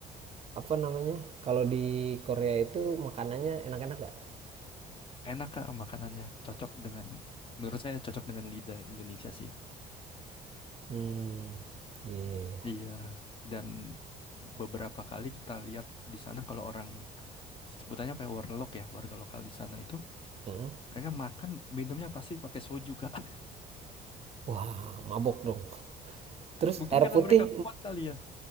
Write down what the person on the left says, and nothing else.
Enak, Kak, makanannya. Cocok dengan menurut saya cocok dengan lidah Indonesia sih.
Iya, dan beberapa kali kita lihat di sana kalau orang sebutannya apa ya, warlock ya, warga lokal di sana itu
mereka makan minumnya pasti pakai soju, Kak. <laughs>
Mungkin
karena
mereka kuat kali ya.